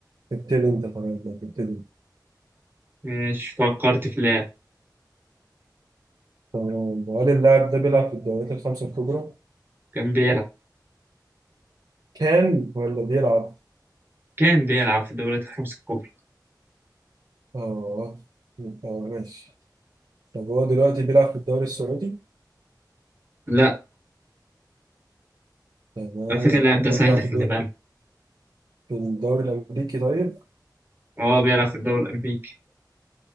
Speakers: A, on the right; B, on the right.
A: ابتدي انت طيب ما تبتدي
B: ماشي فكرت في لاعب
A: تمام وهل اللاعب ده بيلعب في الدوريات الخمسة الكبرى؟
B: كان بيلعب
A: كان ولا بيلعب؟
B: كان بيلعب في الدوريات الخمس الكبرى
A: اه اه ماشي طب هو دلوقتي بيلعب في الدوري السعودي؟
B: لا
A: تمام
B: على فكرة اللاعب
A: طب
B: ده
A: هو
B: سهل
A: بيلعب في
B: خلي
A: الدوري
B: بالك
A: في الدوري الأمريكي طيب؟
B: اه بيلعب في الدوري الامريكي